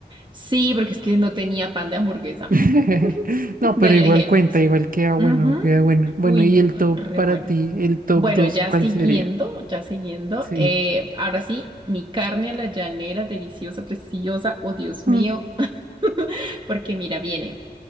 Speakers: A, on the right; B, on the right.
A: Sí, porque es que no tenía pan de hamburguesa.
B: <laughs>
A: <laughs>
B: No,
A: Entonces
B: pero
A: yo
B: igual
A: dije,
B: cuenta,
A: no. pues,
B: igual queda bueno,
A: ujú.
B: queda bueno. Bueno,
A: Uy,
B: y
A: no,
B: el top
A: re
B: para
A: bueno.
B: ti, el top
A: Bueno,
B: 2,
A: ya
B: ¿cuál
A: siguiendo,
B: sería?
A: ya siguiendo.
B: Sí.
A: eh, ahora sí, mi carne a la llanera, deliciosa, preciosa. Oh, Dios mío.
B: Mm,
A: <laughs> Porque mira, viene.